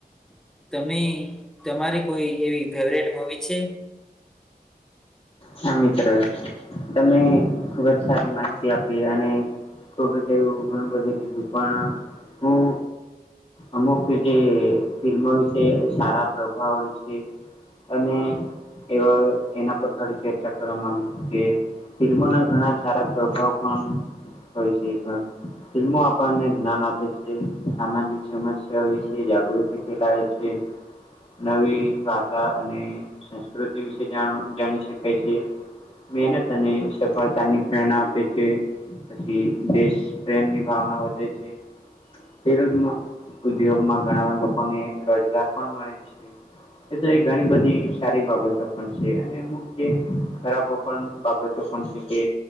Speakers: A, in the centre; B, on the left (about 35°).
A: તમે તમારી કોઈ એવી ફેવરેટ મવી છે
B: હા મિત્ર તમે ખુબ જ સારી માહિતી આપી અને વું ઘણું બધું કીધું હું અમુક જે ફિલ્મો વિશે સારા પ્રભાવ હોય છે. અને એવા એના પર થડી ચ કે ફિલ્મોના ઘણા સારા પ્રભાવ પણ હોય છેી પણ ફિલ્મો આપણને જ્ઞાન આપે છે સામાજિક સમસ્યા વિશે જાગૃતિ ફેલાવે છે. નવી ભાષા અને સંસ્કૃતિ વિશેણ જાણી શકાય છે. મહેનત અને સફળતા ની પ્રેરણા આપે છે. પછી દેશ પ્રેમની ભાવના વધે છે. તે ઉદ્યોગમાં ઘણા લોકોને રોજગાર પણ મળે છે. એ તો એ ઘણી બધી સારી બાબતો પણ છે અને અમુક ખરાબો પણ બાબતો પણ છે કે